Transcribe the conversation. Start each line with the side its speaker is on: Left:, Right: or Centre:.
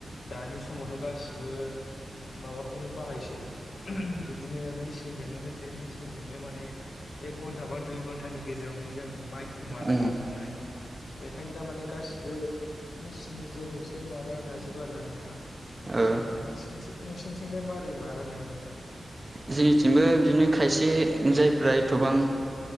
Left: दानि समावथ' गासिबो माबाखौनो बाहायसै बिदिनो मिचिनजोंनो होसै मिचिनजोंनो माने एक घन्टा बा दुइ घन्टानि गेजेरावनो जों माइखौ मारा
Right: औ
Left: नाजोंनो हायो बेखायनो दामाने गासिबो मेसिननि जोहैसो मारा नाजोबो आरोना नोंथां।
Right: औ
Left: नोंसिनिथि नोंसिनिथिंलाय मारै मारा नायो नोंथां?
Right: जोंनिथिंबो बिदिनो खायसे जायफ्रा एथ'बां